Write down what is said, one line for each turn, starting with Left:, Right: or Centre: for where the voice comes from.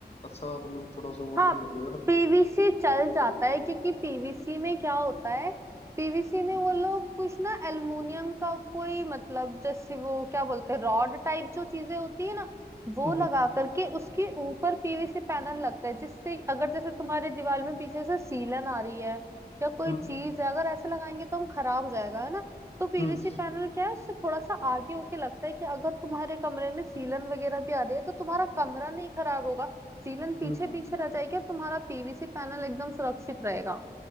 Left: अच्छा मतलब थोड़ा सा वो
Right: हाँ
Left: तो लगेगा ना
Right: पीवीसी चल जाता है क्योंकि पीवीसी में क्या होता है पीवीसी में
Left: हम्म
Right: वो लोग कुछ ना एल्युमिनियम का कोई मतलब जैसे वो क्या बोलते हैं रॉड टाइप जो चीजें होती है ना वो
Left: हम्म
Right: लगा करके उसके ऊपर पीवीसी पैनल लगता है जिससे अगर जैसे तुम्हारे दीवार में पीछे से सीलन आ रही है या कोई
Left: हम्म
Right: चीज है अगर ऐसे लगाएंगे तो हम खराब हो जाएगा है ना तो पीवीसी
Left: हम्म
Right: पैनल क्या है उससे थोड़ा सा आगे होके लगता है कि अगर तुम्हारे कमरे में सीलन वगैरह भी आ रही है तो तुम्हारा कमरा नहीं खराब होगा सीलन
Left: हम्म,
Right: पीछे
Left: हम्म।
Right: पीछे रह जाएगी और तुम्हारा पीवीसी पैनल एकदम सुरक्षित रहेगा